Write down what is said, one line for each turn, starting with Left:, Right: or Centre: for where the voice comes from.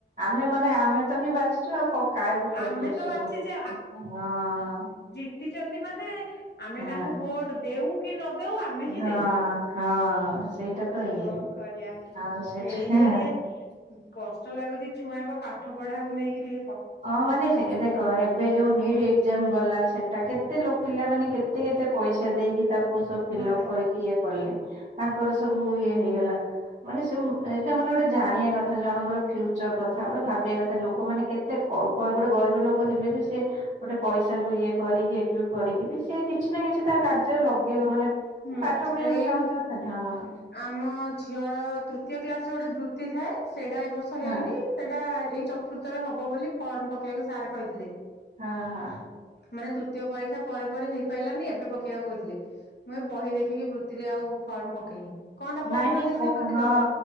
Right: ଆମେ ମାନେ ଆମେ ତ ହିଁ ବାଛ ଚୁ କାଇଁ ବୁକା
Left: ଆମେ
Right: ବୁକି ଓଷଦ
Left: ତ ବାଛିଛେ
Right: ହଁ
Left: ଉଛନ୍ତି ମାନେ ଆମେ
Right: ହଁ
Left: ତାଙ୍କୁ ଭୋଟ ଦେଉ କି ନଦଉ ଆମେ ହିଁ
Right: ହଁ
Left: ଦେଇଛୁ।
Right: ହଁ ସେଇଟା ତ ଇଏ
Left: କଣ କରିବା
Right: ଆଉ ସେଠି
Left: ଏଇଆା ଟିକେ କଷ୍ଟ ଲାଗୁଛି ଛୁଆଙ୍କ ପାଠ ପଢ଼ାକୁ ନେଇକିରି
Right: ଅ ମାନେ ସେ ଦେଖ ଏବେ ଯୋଉ ନିଟ୍ ଏକ୍ଜାମ ଗଲା ସେଟା କେତେ ଲ ପିଲାମାନେ କେତେ କେତେ ପଇସା ଦେଇକି ତା ସବୁ
Left: ହୁଁ
Right: ଫିଲଅପ କରିକି ଇ କଲେ ତାଙ୍କର ସବୁ ଇଏ ହେଇଗଲା। ମାନେ ସେ ଏଇଟା ମାନେ ଗୋଟେ ଜାଣିବା କଥା ଜଣଙ୍କର ଫ୍ୟୁଚର କଥା ଗୋଟେ ଭାବିବା କଥା ଲୋକମାନେ କେ ସେ କ କ ଗରିବ ଲୋକ ହେଲେ ବି ସେ ଗୋଟେ ପଇସାକୁ ଇଏ କରିକି ଏକଜୁଟ କରିକି ବି ସେ କିଛି ନା କିଛି ତା କାର୍ଯ୍ୟରେ ଲଗେଇବ ମାନେ
Left: ହୁଁ
Right: ପାଠ ପଢିବାକୁ
Left: ଏଇ
Right: ଚାହୁଁନ୍ତୁ ହଁ
Left: ଆମ ଝିଅର ତୃତୀୟ କ୍ଲାସ ରେ ଗୋଟେ ବୃତ୍ତି ଥାଏ, ସେଇଟା ଏ ବର୍ଷ
Right: ହଁ
Left: ହେଇନି ସେଇଟା ଏଇ ଚତୁର୍ଥରେ ହବ ବୋଲି ଫର୍ମ ପକେଇବାକୁ ସାର୍ କହିଥିଲେ।
Right: ହଁ ହଁ।
Left: ମାନେ ତୃତୀୟ ପରୀକ୍ଷା ପରେ ପରେ ହେଇପାରିଲାନି ଏବେ ପକେଇବାକୁ କହିଥିଲେ। ମୁଁ ଏ ବହି ଦେଖିକି ବୃତ୍ତିରେ ଆଉ ଫର୍ମ ପକେଇନି କଣ ଟା
Right: ନାଇଁ
Left: ପଢ଼ିବ
Right: ନାଇଁ
Left: ଯେ
Right: ପକା
Left: ସେ ବୃତ୍ତି
Right: ହଁ
Left: ଦବ।